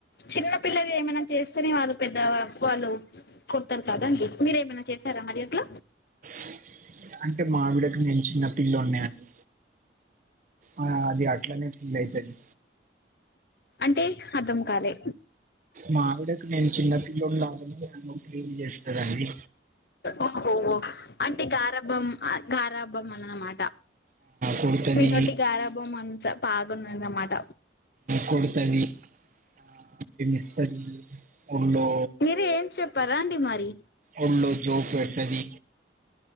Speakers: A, on the left; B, on the right.
A: చిన్న పిల్లలు ఏమైనా చేస్తేనే వాళ్ళు పెద్ద వాళ్ళు కొడతారు కాదండి మీరెమైనా చేస్తే సారు మరి అట్ల
B: సూసి అంటే మావిడకి నేను చిన్న పిల్లోనండి. ఆ అది అట్లనే ఫీల్ అయితది.
A: అంటే అర్థం కాలే
B: మావిడకి నేను చిన్నపిల్లోడు ల ట్రీట్ చేస్తదండి
A: ఓహో అంటే గారాబం గారాబమ్ అనమా
B: కొడుతుంది
A: మీతోటి గరాభం అంత బాగున్నద అనమాట
B: కొడతది ఆ విమస్తది వల్లో
A: మీరే ఏం చెప్పారా అండి మరి?
B: వళ్ళో జోపేడతది